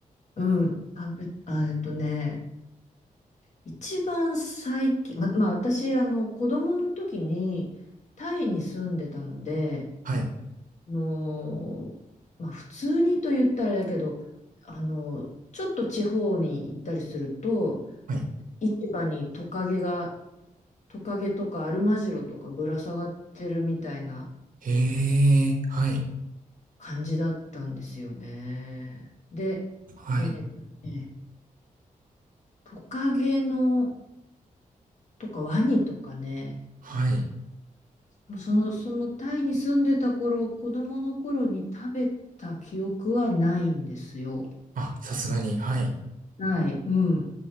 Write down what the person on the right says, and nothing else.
はい。
はい。
へえ、はい。
はい。
はい。
あ、さすがに。はい。